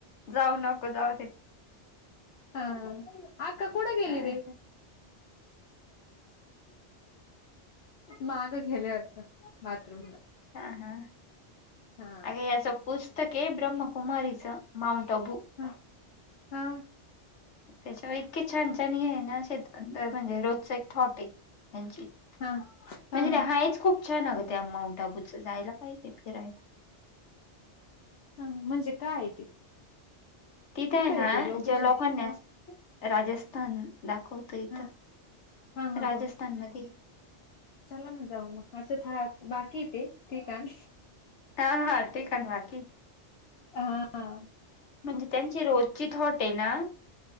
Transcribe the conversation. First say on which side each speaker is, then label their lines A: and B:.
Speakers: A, on the left (about 75°); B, on the left (about 65°).
A: जाऊ नको जाऊ दे
B: हा आक्का कुठ गेली
A: हा
B: रे मागं गेली वाटतं बाथरूमला
A: हा हा
B: हा
A: अग याचं पुस्त् तके ब्रह्मकुमारीचं मौंट अबू
B: हा हा
A: त्याच्याव इतकी छान छान हे हायन शेत म्हणजे रोजच एक थॉट हाय यांची
B: हा हा
A: म्हणजे
B: हा
A: त्या हायच खूप छान अगं त्या माऊंटाबूच जायला पायजे फिरायला
B: हं म्हंजे काय ये ते
A: तिथंय
B: कुठं आहे
A: ना
B: ते लोकेशन
A: जे लोकां न
B: हा
A: राजस्थान दाखवत येत
B: हा हा हा
A: राजस्थान
B: हा
A: मधे
B: चला ना जाऊ म असं था बाकी हे तेे ठिकाण
A: हा हा ठीकाण बाकी
B: हा हा
A: म्हणजे त्यांची रोजची थॉट ये ना